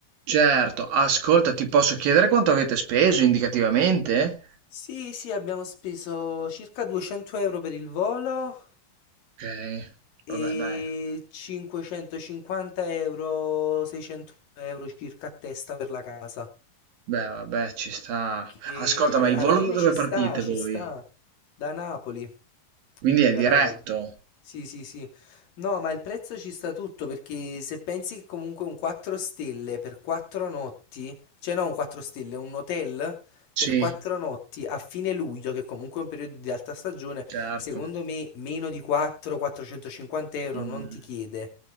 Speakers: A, on the right; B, on the left.
A: Certo, ascolta, ti posso chiedere quanto avete speso indicativamente?
B: Sì, sì, abbiamo speso circa 200 euro per il volo,
A: Ok, vabbè,
B: e
A: dai.
B: 550 euro, 600 euro circa a testa per la casa.
A: Beh, vabbè, ci sta.
B: E
A: Ascolta, ma il
B: alla
A: volo
B: fine
A: da dove
B: ci
A: partite
B: sta, ci
A: voi?
B: sta. Da Napoli.
A: Quindi è
B: Da
A: diretto?
B: Napoli. Sì, sì, sì. No, ma il prezzo ci sta tutto perché se pensi che comunque un 4 stelle per 4 notti, cioè no, un 4 stelle, un hotel
A: Sì,
B: per 4 notti a fine luglio, che comunque è un periodo di alta stagione,
A: certo.
B: secondo me meno di 4-450 euro
A: Mm,
B: non ti chiede.